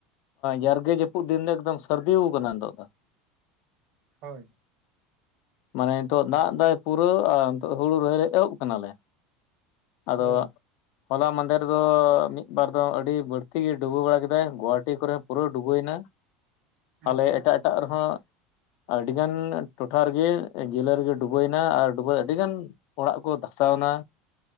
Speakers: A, on the left (about 55°); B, on the right (about 55°).
A: ᱡᱟᱨᱜᱮ ᱡᱟᱹᱯᱩᱫ ᱫᱤᱱ ᱫᱚ ᱮᱠᱫᱚᱢ ᱥᱟᱹᱨᱫᱤ ᱟᱠᱟᱱᱟ ᱱᱤᱛᱚᱜ ᱫᱚ
B: ᱦᱚᱭ᱾
A: ᱢᱟᱱᱮ ᱱᱤᱛᱚᱜ ᱫᱟᱜ ᱫᱟᱭ ᱯᱩᱨᱟᱹ ᱟᱨ ᱱᱤᱛᱚᱜ ᱦᱩᱲᱩ ᱨᱚᱦᱚᱭ ᱮᱦᱚᱵ ᱠᱟᱱᱟ ᱞᱮ, ᱟᱫᱚ
B: ᱚ
A: ᱦᱚᱞᱟ ᱢᱟᱫᱮᱨ ᱫᱚ ᱢᱤᱫ ᱵᱟᱨ ᱫᱚ ᱟᱹᱰᱤ ᱵᱟᱹᱲᱛᱤ ᱜᱮ ᱰᱩᱵᱩ ᱵᱟᱲᱟ ᱠᱮᱫᱟᱭ ᱜᱳᱦᱟᱴᱤ ᱠᱚᱨᱮ ᱯᱩᱨᱟᱹ ᱰᱩᱵᱟᱹᱭᱮᱱᱟ ᱟᱞᱮ
B: ᱟᱪᱪᱷᱟ
A: ᱮᱴᱟᱜ ᱮᱴᱟᱜ ᱨᱮᱦᱚᱸ ᱟᱹᱰᱤ ᱜᱟᱱ ᱴᱚᱴᱷᱟ ᱨᱮᱜᱮ ᱡᱮᱞᱟᱹ ᱨᱮᱜᱮ ᱰᱩᱵᱟᱹᱭᱮᱱᱟ ᱟᱨ ᱰᱩᱵᱟᱹ ᱟᱹᱰᱤ ᱜᱟᱱ ᱚᱲᱟᱜ ᱠᱚ ᱫᱷᱟᱥᱟᱣ ᱱᱟ,